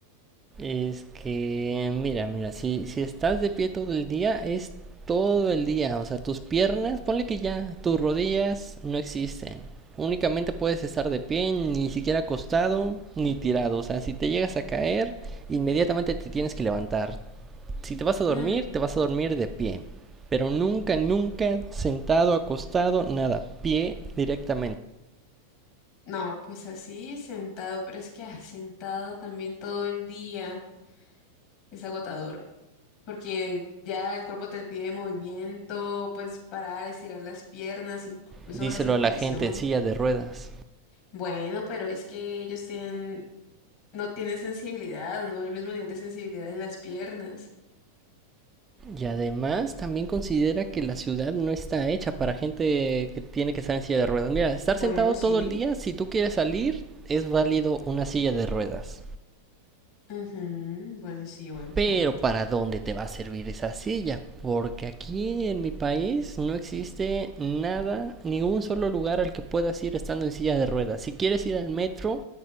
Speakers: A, on the right; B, on the left.
A: Es que, mira, mira, si, si estás de pie todo el día, es todo el día. O sea, tus piernas, ponle que ya, tus rodillas no existen. Únicamente puedes estar de pie, ni siquiera acostado, ni tirado. O sea, si te llegas a caer, inmediatamente te tienes que levantar. Si te vas a dormir,
B: Mm,
A: te vas a dormir de pie. Pero nunca, nunca sentado, acostado, nada. Pie directamente.
B: No, pues así, sentado, pero es que ah, sentado también todo el día es agotador. porque ya el cuerpo te pide movimiento, pues parar, estirar las piernas, incluso
A: Díselo
B: la circulación.
A: a la gente en silla de ruedas.
B: Bueno, pero es que ellos tienen, no tienen sensibilidad, no el mismo nivel de sensibilidad en las piernas.
A: Y además también considera que la ciudad no está hecha para gente que tiene que estar en silla de ruedas. Mira, estar
B: Bueno,
A: sentado
B: sí.
A: todo el día, si tú quieres salir, es válido una silla de ruedas.
B: Ujú, Bueno, sí, buen
A: Pero
B: punto.
A: ¿para dónde te va a servir esa silla? Porque aquí en mi país no existe nada, ningún solo lugar al que puedas ir estando en silla de ruedas. Si quieres ir al metro,